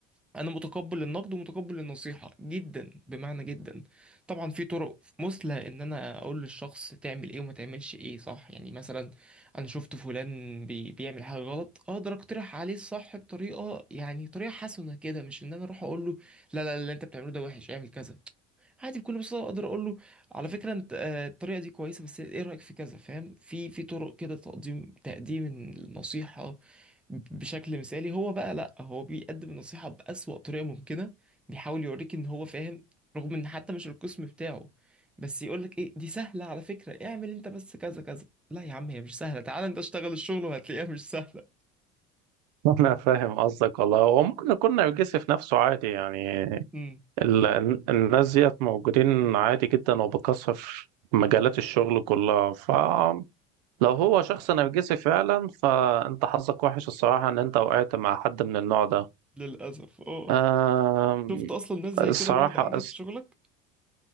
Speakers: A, in the centre; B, on the right.
A: انا متقبل النقد ومتقبل النصيحه جدا بمعنى جدا طبعا في طرق مثلى ان انا اقول للشخص تعمل ايه وما تعملش ايه صح يعني مثلا انا شفت فلان بي بيعمل حاجه غلط اقدر اقترح عليه الصح بطريقه يعني طريقه حسنه كده مش ان انا اروح اقول له لا لا لا اللي انت بتعمله ده وحش اعمل كذا عادي بكل بساطه اقدر اقول له على فكره انت آه، الطريقه دي كويسه بس ايه رايك في كذا فاهم في في طرق كده تقديم تقديم النصيحه بشكل مثالي هو بقى لا هو بيقدم النصيحه بأسوأ طريقه ممكنه بيحاول يوريك ان هو فاهم رغم ان حتى مش القسم بتاعه بس يقول لك ايه دي سهله على فكره اعمل انت بس كذا كذا لا يا عم هي مش سهله تعال انت اشتغل الشغل وهتلاقيها مش سهله
B: <laughs> أنا فاهم قصدك والله هو ممكن يكون نرجسي في نفسه عادي يعني
A: <laughs> امم
B: ال- الناس ديت موجودين عادي جدا وبكثرة في مجالات الشغل كلها فلو هو شخص نرجسي فعلا فأنت حظك وحش الصراحة إن أنت وقعت مع حد من النوع ده
A: للاسف اه
B: آم،
A: شفت اصلا ناس زي
B: الصراحة
A: كده برضه عندك
B: أس-
A: في شغلك